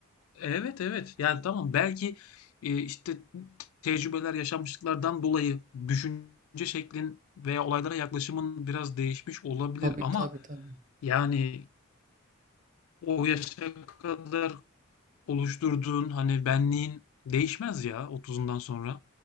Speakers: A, on the left; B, on the right.
A: Evet evet. Yani tamam belki e, işte tecrübeler, yaşanmışlıklardan dolayı düşünce şeklin veya olaylara yaklaşımın biraz değişmiş olabilir
B: Tabii,
A: ama
B: tabii, tabii.
A: yani o yaşa kadar oluşturduğun hani benliğin değişmez ya otuzundan sonra.